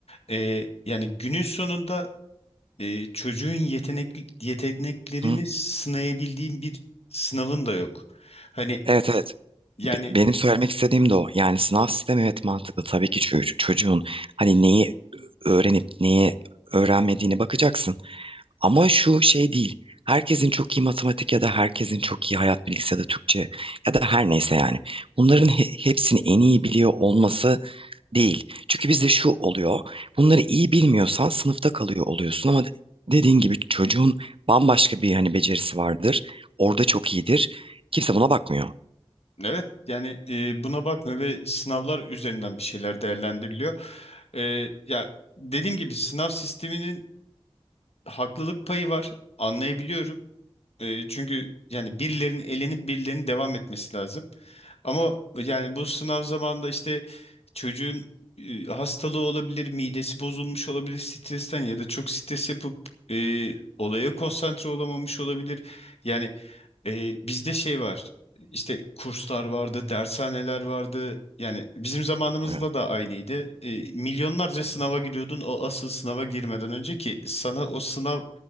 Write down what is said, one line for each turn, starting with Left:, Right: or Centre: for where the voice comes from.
Left: e, yani günün sonunda e, çocuğun yetenek yeteneklerini
Right: Hı?
Left: sınayabildiğin bir sınavın da yok. Hani
Right: Evet evet.
Left: yani
Right: Be- benim söylemek istediğim de o. Yani sınav sistemi evet mantıklı. Tabii ki ço- çocuğun hani neyi öğrenip neyi öğrenmediğine bakacaksın. Ama şu şey değil. Herkesin çok iyi matematik ya da herkesin çok iyi hayat bilgisi ya da Türkçe ya da her neyse yani. Bunların he- hepsini en iyi biliyor olması Değil. Çünkü bizde şu oluyor. Bunları iyi bilmiyorsan sınıfta kalıyor oluyorsun ama dediğin gibi çocuğun bambaşka bir hani becerisi vardır. Orada çok iyidir. Kimse buna bakmıyor.
Left: Evet yani e, buna bakma ve sınavlar üzerinden bir şeyler değerlendiriliyor. E, ya dediğim gibi sınav sisteminin haklılık payı var anlayabiliyorum e, çünkü yani birilerinin elenip birilerinin devam etmesi lazım. Ama yani bu sınav zamanında işte çocuğun e, hastalığı olabilir, midesi bozulmuş olabilir stresten ya da çok stres yapıp e, olaya konsantre olamamış olabilir. Yani e, bizde şey var. İşte kurslar vardı, dershaneler vardı. Yani bizim zamanımızda
Right: Evet.
Left: da aynıydı. E, milyonlarca sınava giriyordun o asıl sınava girmeden önce ki sana o sınav